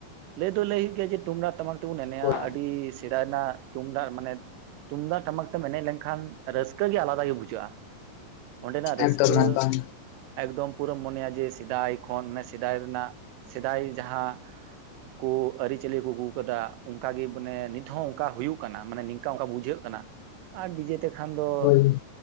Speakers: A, on the right (about 80°); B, on the left (about 80°).
A: ᱞᱟᱹᱭ ᱫᱚ ᱞᱟᱹᱭ ᱦᱩᱭᱩᱜ ᱜᱮᱭᱟ ᱡᱮ ᱴᱩᱢᱫᱟᱜ ᱴᱟᱢᱟᱠ ᱛᱮᱵᱚᱱ ᱮᱱᱮᱼᱟ
B: ᱦᱳᱭ
A: ᱟᱹᱰᱤ ᱨᱮᱱᱟᱜ ᱛᱩᱢᱫᱟᱜ ᱢᱟᱱᱮ ᱛᱩᱢᱫᱟᱜ ᱴᱟᱢᱟᱠ ᱛᱮᱢ ᱮᱱᱮᱡ ᱞᱮᱱᱠᱷᱟᱱ ᱨᱟᱹᱥᱠᱟᱹ ᱜᱮ ᱟᱞᱟᱫᱟ ᱜᱮ ᱵᱩᱡᱷᱟᱹᱜᱼᱟ᱾ ᱚᱸᱰᱮᱱᱟᱜ ᱨᱟᱹᱥᱠᱟᱹ,
B: ᱮᱠᱫᱚᱢ ᱮᱠᱫᱚᱢ
A: ᱮᱠᱫᱚᱢ ᱯᱩᱨᱟᱹᱢ ᱢᱚᱱᱮᱭᱟ ᱡᱮ ᱥᱮᱫᱟᱭ ᱠᱷᱚᱱ ᱢᱟᱱᱮ ᱥᱮᱫᱟᱭ ᱨᱮᱱᱟᱜ ᱥᱮᱫᱟᱭ ᱡᱟᱦᱟᱸ, ᱠᱩ ᱟᱹᱨᱤᱪᱟᱹᱞᱤ ᱠᱩ ᱟᱹᱜᱩ ᱠᱟᱫᱟ ᱚᱱᱠᱟ ᱜᱮ ᱢᱟᱱᱮ ᱱᱤᱛ ᱦᱚᱸ ᱚᱱᱠᱟ ᱦᱩᱭᱩᱜ ᱠᱟᱱᱟ ᱢᱟᱱᱮ ᱱᱤᱝᱠᱟ ᱚᱱᱠᱟ ᱵᱩᱡᱷᱟᱹᱜ ᱠᱟᱱᱟ᱾ ᱟᱨ ᱰᱤᱡᱮ ᱛᱮᱠᱷᱟᱱ ᱫᱚ?
B: ᱦᱳᱭ